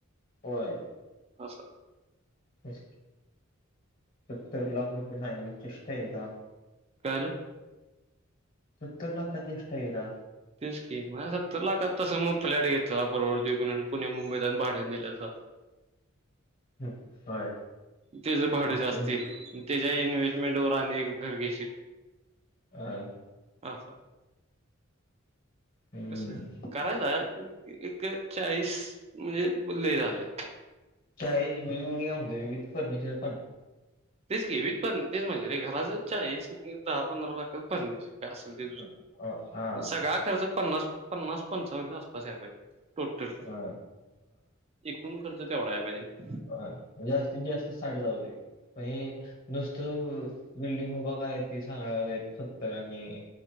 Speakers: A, on the left (about 45°); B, on the right (about 30°).
A: होय
B: अस
A: <unintelligible> सत्तर लाख रुपये सांगली. चष तेदा
B: काल
A: सत्तर लाखाची स्टयीरा
B: तेच की मला सत्तर लाखाच तस मग फ्लॅट घेत. त्याला परडते पुणे पुणे मुंबईत आणि भाट त्या निल्याल सांग
A: हम्म होय.
B: त्याज भाड
A: आपल्या
B: जास्ती येईल. त्याच्या इन्व्हेशमेंट वर आणि एक घर घेशी
A: ह.
B: आस.
A: हम्म
B: कस करायला. एक चाळीस म्हणजे लई झालं.
A: च चाळीत <unintelligible> नि आ विथ फर्नीचर
B: तेच की विक पण तेच म्हणले रे घराच चाळीस दहा पंधरा लाखात फर्निचर काय आसल ते तुझ
A: का अ हा
B: सगळा खर्च पन्नास पन्नास पंचावन्नच्या आसपास <unintelligible> यायला पाहिजे. टोटल
A: होय
B: एकूण खर्च? ते एवढा <unintelligible> आहे पाहिजे.
A: हा जास्तीत जास्त साडेदहा जावूदे <unintelligible> म्हणजे नुसतं ब बिल्डिंग. बगा <unintelligible> सांगा सत्तर आणि.